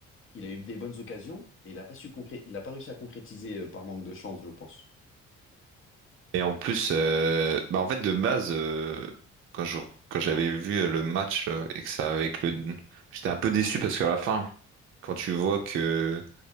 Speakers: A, on the left; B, on the right.
A: il a eu des bonnes occasions, mais il a pas su concré- il a pas réussi à concrétiser euh, par manque de chance, je pense.
B: Et en plus, euh, bah en fait, de base, euh, quand je- quand j'avais vu euh, le match euh, et que ça avec le. J'étais un peu déçu parce qu'à la fin, quand tu vois que